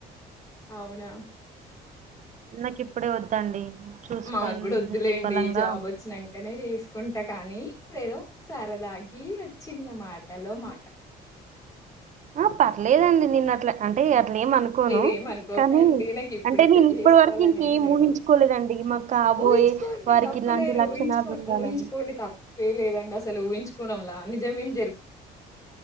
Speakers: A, on the left; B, on the right.
A: అవునా
B: నాకి ఇప్పుడే వద్దండి. చూసుకుని
A: మాకు కూడా వద్దులేండి.
B: నిమ్మలంగా
A: జాబ్ వచ్చినాంకనే చే తీసుకుంటా. కానీ ఇప్పుడు ఏదో సరదాగి వచ్చింది మాటలో మాట.
B: ఆ పర్లేదండి. నిన్న అట్లా అంటే అట్లా ఏం అనుకోను
A: మీరేమ అనుకోకండి.
B: కానీ
A: నాకు ఇప్పుడే
B: అంటే
A: పెళ్లి
B: నేను ఇప్పటి
A: చేసుకోవాలని
B: వరకు ఇంకేం
A: ఏం లేదు.
B: ఊహించుకోలేదండి మాకు కాబోయే
A: ఊహించుకోండి
B: వారికి
A: తప్పులేదు,
B: ఇలాంటి లక్షణాలు
A: ఊహించుకో
B: ఉండాలని
A: ఊహించుకోండి తప్పుేలేదండి. అస అసలు ఊహించుకోవడంలా అన్ని జమీన్